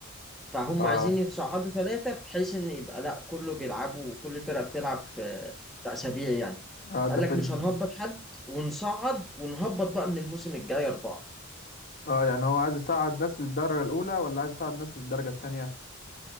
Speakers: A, in the centre; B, on the left.
A: فهم
B: اه
A: عايزين يتصعدوا ثلاثه بحيث ان يبقى لا كله بيلعبوا كل فرقه بتلعب في في اسابيع يعني
B: اه ده
A: فقال
B: في
A: لك
B: ال-
A: مش هنهبط حد ونصعد ونهبط بقى من الموسم الجاي اربعه
B: اه يعني هو عايز يصعد ناس للدرجة الأولى ولا عايز يصعد ناس للدرجة التانية